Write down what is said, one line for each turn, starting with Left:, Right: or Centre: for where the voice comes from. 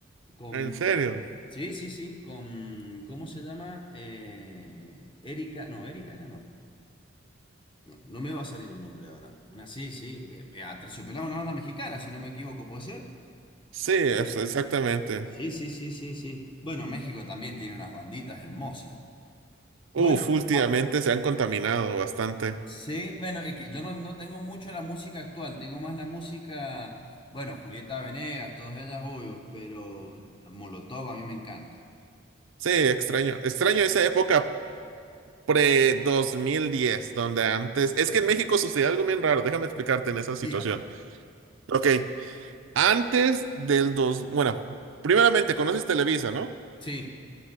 Left: Con.
Right: ¿En serio?
Left: Sí, sí, sí. Con. ¿Cómo se llama? Eh, Erika. No, Erika era no. No, no me va a salir el nombre ahora. Una sí, sí. eh, eh, Aterciopelado, una banda mexicana, si no me equivoco, ¿puede ser?
Right: Sí, es-
Left: Sí,
Right: exactamente.
Left: Sí, sí, sí, sí, sí. Bueno, México también tiene unas banditas hermosas. Bueno,
Right: Uf, últimamente
Left: ah,
Right: se han contaminado bastante.
Left: sí, bueno, es que yo no, no tengo mucho la música actual, tengo más la música, bueno, Julieta Venegas, todas ellas, obvio, pero Molotov a mí me encanta.
Right: Sí, extraño. Extraño esa época pre dos mil diez donde antes...
Left: Sí.
Right: Es que en México sucedió algo bien raro. Déjame explicarte en esa situación.
Left: Diga.
Right: Ok. Antes del dos, bueno, primeramente conoces Televisa, ¿no?
Left: Sí.